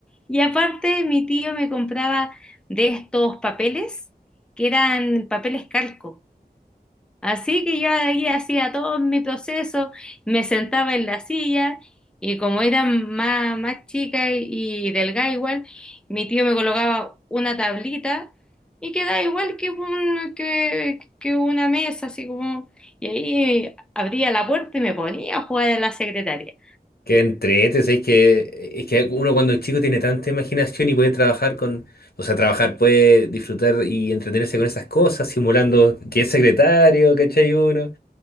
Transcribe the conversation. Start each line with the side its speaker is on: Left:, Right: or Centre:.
Centre: Y aparte, mi tío me compraba de estos papeles, que eran papeles calco Así que yo ahí hacía todo mi proceso, me sentaba en la silla y como era más, más chica y, y delgada igual, mi tío me colocaba una tablita y quedaba igual que, un- que, que una mesa, así como... Y ahí abría la puerta y me ponía a jugar a la secretaria.
Left: Qué entrete, ¿sabes? Que, es que uno cuando es chico tiene tanta imaginación y puede trabajar con, o sea, trabajar, puede disfrutar y entretenerse con esas cosas, simulando que es secretario, ¿cachai uno?